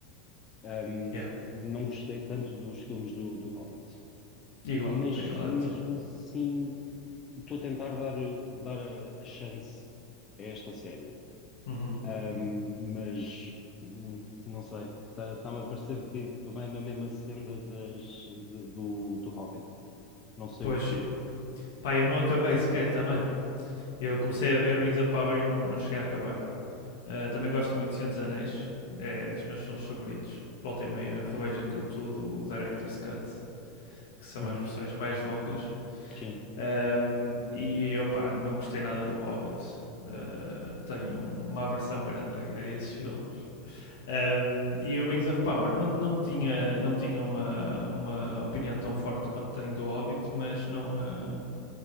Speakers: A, on the left; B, on the left.
A: Um,
B: yeah.
A: não gostei tanto dos filmes do, do Hobbit,
B: igual,
A: mas
B: estou igual
A: mesmo
B: a ti.
A: assim estou a tentar dar, dar a, a chance a esta série.
B: Uhum.
A: Um, mas hum, não sei, está-me a parecer que, que vai na mesma senda das, de- do, do Hobbit. Não sei
B: Pois,
A: o porquê.
B: pá, eu não acabei sequer também, eu comecei a ver Rings of Power e não, não cheguei a acabar. Uh, também gosto muito de Senhor dos Anéis, é dos meus filmes favoritos, volta e meia revejo aquilo tudo, o Director's Cut, que são
A: Uhum,
B: as versões mais longas.
A: sim,
B: Um, e opá, não gostei nada do Hobbit. Uh, tenho uma aversão grande a, a esses filmes. Um, e o Rings of Power não, não tinha, não tinha uma, uma opinião tão forte quanto tenho do Hobbit, mas não, uh,